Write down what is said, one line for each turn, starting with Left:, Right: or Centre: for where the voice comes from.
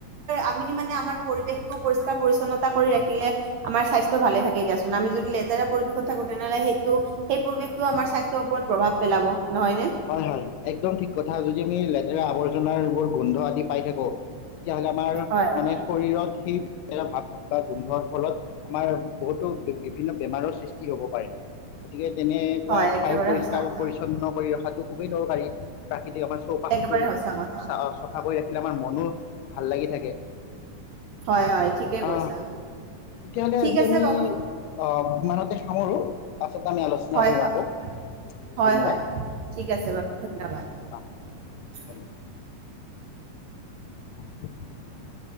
Right: আমি মানে আমাৰ পৰিৱেশটো পৰিষ্কাৰ পৰিচ্ছন্নতা কৰি ৰাখিলে আমাৰ স্বাস্থ্য ভাল থাকে দিয়াচোন আমি যদি লেতেৰা পৰিৱেশত থাকো তেনেহ'লে সেই ত' সেই পৰিৱেশতো আমাৰ স্বাস্থ্যৰ ওপৰত প্ৰভাৱ পেলাব নহয় নে
Left: হয় হয় একদম ঠিক কথা যদি আমি লেতেৰা আৱৰ ঘাৰ বোৰ গোন্ধ আদি পাই থাকো তেতিয়াহলে আমাৰ
Right: হয়
Left: মানে শৰীৰত সি ভাত <unintelligible> গোন্ধৰ ফলত আমাৰ বহুতো বিভিন্ন বেমাৰৰ সৃষ্টি হ'ব পাৰে গতিকে তেনেকুৱা
Right: হয়
Left: ঠাই
Right: একেবাৰে
Left: পৰিষ্কাৰ
Right: সঁচা কথা
Left: পৰিচ্ছন্ন কৰি ৰখাত খুবেই দৰকাৰী প্ৰৃ আমাৰ চৌপাশটো
Right: একেবাৰে সঁচা কথা
Left: চ-চফা কৰি ৰাখিলে আমাৰ মন মানুহ ভাল লাগি থাকে।
Right: হয় হয় ঠিকে
Left: অ,
Right: কৈছা
Left: তেতিয়াহলে
Right: ঠিক
Left: আজি
Right: আছে
Left: আমি
Right: বাৰু
Left: অ ইমানতে সামৰো। আমি আলোচনা
Right: হয়
Left: কৰিম
Right: হয়
Left: আকৌ
Right: হয়
Left: ধন্যবাদ।
Right: হয় ঠিক আছে বাৰু ধন্যবাদ।
Left: আহ, ধন্যবাদ অ।